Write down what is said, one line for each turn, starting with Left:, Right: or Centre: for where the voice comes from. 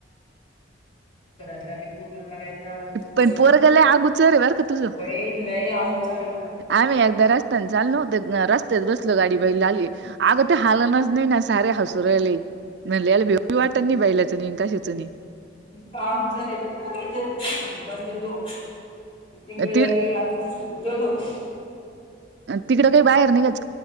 Left: घरातल्या. कराय
Right: पण पोरगं लय अगोचर आहे बर का तुझं
Left: बई नाही आहच र मला.
Right: आम्ही एकदा रस्त्याने चालो होत, रस्त्याच बसलो गाडी बा लाली. आगत हाल नच नाही ना सारी हसुरली नाही लला बेऊ वाटत नाही बाहिलाचं कशाचं नाही
Left: कामचलेथ बसो तिकडेलागे
Right: ति
Left: प्र
Right: तिकडं काही बाहेर निघाच